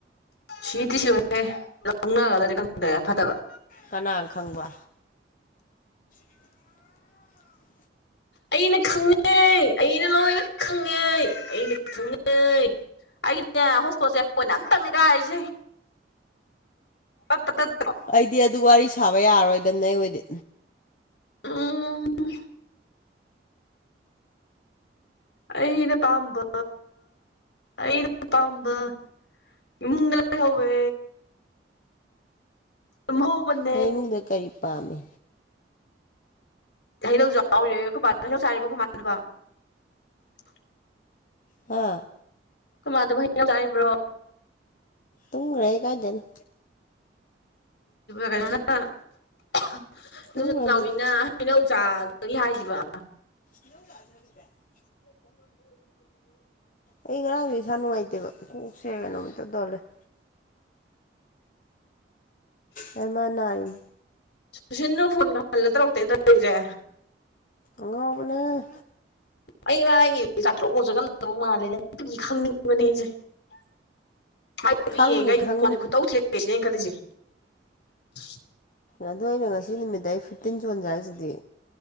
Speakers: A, on the left; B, on the left.
A: ꯁꯤꯗꯤ ꯁꯤꯔꯣꯏꯍꯦ ꯂꯧꯅꯒꯗꯔꯗꯤ ꯈꯪꯗꯦ ꯐꯠꯇꯕ
B: ꯀꯅꯥ ꯈꯪꯕ <unintelligible>
A: ꯑꯩꯅ ꯈꯪꯉꯦ ꯑꯩꯅ ꯂꯣꯏꯅ ꯈꯪꯉꯦ ꯑꯩꯅ ꯈꯪꯉꯦ ꯑꯩꯒꯤꯅꯦ ꯍꯣꯁꯄꯣꯠꯁꯦ ꯄꯣꯏꯟ ꯑꯝꯇꯪꯅꯤ ꯀꯥꯏꯔꯤꯁꯦ ꯄꯥꯠꯄꯥꯠ ꯇꯠ
B: ꯑꯩꯗꯤ ꯑꯗꯨ ꯋꯥꯔꯤ ꯁꯥꯕ ꯌꯥꯔꯔꯣꯏꯗꯅꯦ ꯑꯩ ꯑꯣꯏꯗꯤ
A: ꯑ <unintelligible> ꯑꯩꯅ ꯄꯥꯝꯕ ꯑꯩꯅ ꯄꯥꯝꯕ ꯏꯃꯨꯡꯗ ꯂꯩꯍꯧꯋꯦ ꯇꯨꯝꯍꯧꯕꯅꯦ
B: ꯅꯪ ꯏꯃꯨꯡꯗ ꯀꯔꯤ ꯄꯥꯝꯃꯤ
A: ꯍꯩꯅꯧꯖꯨ ꯌꯥꯎꯔꯦ ꯈꯣꯏꯕꯥ ꯍꯩꯅꯧ ꯆꯔꯤꯕ ꯈꯣꯏꯃꯥꯗꯕ <unintelligible>
B: ꯍꯥ
A: ꯈꯣꯏꯃꯥꯗꯨꯕꯣ ꯍꯩꯅꯧ ꯆꯥꯔꯤꯕ꯭ꯔꯣ
B: ꯇꯨꯝꯒ꯭ꯔꯦꯍꯦ ꯀꯥꯏꯗꯩꯅꯣ
A: ꯀꯩꯅꯣꯅ <unintelligible> ꯏꯗꯣꯝꯆꯥ
B: ꯇꯨꯝꯈ꯭ꯔꯕꯅꯤ
A: ꯅꯥꯎꯕꯤꯅ ꯍꯩꯅꯧ ꯆꯥꯕꯒꯤ ꯍꯥꯏꯈꯤꯕ
B: ꯖꯗ <inaudible>
A: ꯍ <inaudible>
B: ꯑꯩ ꯉꯔꯥꯡꯁꯨ ꯏꯁꯥ ꯅꯨꯡꯉꯥꯏꯇꯦꯕ ꯀꯣꯛꯁꯦ ꯀꯩꯅꯣꯝ ꯏꯇꯧ ꯇꯧꯔ ꯂꯩ ꯑꯩ ꯃꯥ ꯅꯥꯏꯝꯅꯤ
A: ꯁꯨꯁꯤꯟꯗꯨ ꯐꯣꯟꯒ ꯍꯜꯂ ꯇꯧꯔꯛꯇꯦ ꯇꯧꯔꯤꯁꯦ
B: ꯑꯉꯥꯎꯕꯅꯦꯍꯦ
A: <unintelligible> <unintelligible>
B: ꯈꯪꯅꯤ ꯈꯪꯅꯤ ꯑꯗꯣ ꯑꯩꯅ ꯉꯁꯤ ꯅꯨꯃꯤꯠꯇ ꯑꯩ ꯐꯤꯞꯇꯤꯟ ꯁꯨꯍꯟꯁꯦ ꯍꯥꯏꯁꯤꯗꯤ